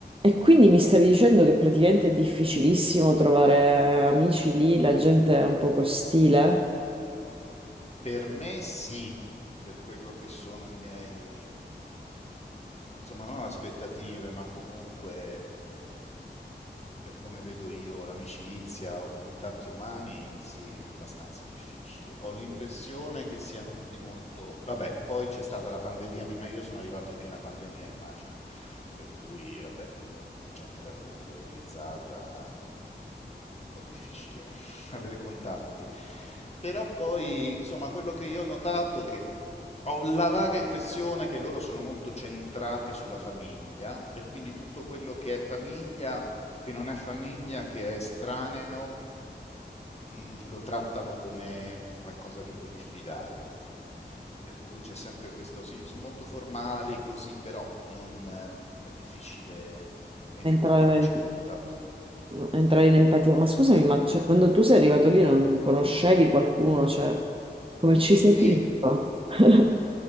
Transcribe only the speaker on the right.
E quindi mi stavi dicendo che praticamente è difficilissimo trovare amici lì, la gente è un po' ostile,
entrare,
entrare in empatia. Ma scusami, ma cioè, quando tu sei arrivato lì non conoscevi qualcuno, cioè, come ci sei
finito? <laughs>